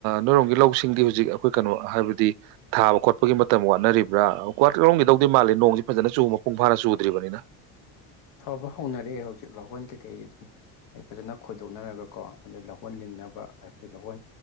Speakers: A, on the right; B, on the left.
A: ꯅꯣꯏꯔꯣꯡꯝꯒꯤ ꯂꯧꯁꯤꯡꯗꯤ ꯍꯧꯖꯤꯛ ꯑꯩꯈꯣꯏ ꯀꯩꯅꯣ ꯍꯥꯏꯕꯗꯤ ꯊꯥꯕ ꯈꯣꯠꯄꯒꯤ ꯃꯇꯝ ꯋꯥꯠꯅꯔꯤꯕ꯭ꯔꯥ ꯂꯧꯣꯝꯒꯤꯗꯧꯗꯤ ꯃꯥꯜꯜꯂꯤꯦ ꯅꯣꯡꯁꯤ ꯐꯖꯅ ꯆꯨꯕ ꯃꯄꯨꯡ ꯐꯥꯅ ꯆꯨꯗ꯭ꯔꯤꯕꯅꯤꯅ
B: ꯐꯕ ꯍꯧꯅꯔꯑꯦ ꯍꯧꯖꯤꯛ ꯂꯍꯣꯟ ꯀꯩꯀꯩ ꯑꯗꯨꯝ ꯐꯖꯅ ꯈꯣꯏꯗꯣꯛꯅꯔꯒꯀꯣ ꯑꯗꯩ ꯂꯧꯍꯣꯟ ꯂꯤꯡꯅꯕ ꯑꯩꯈꯣꯏ ꯂꯍꯣꯟ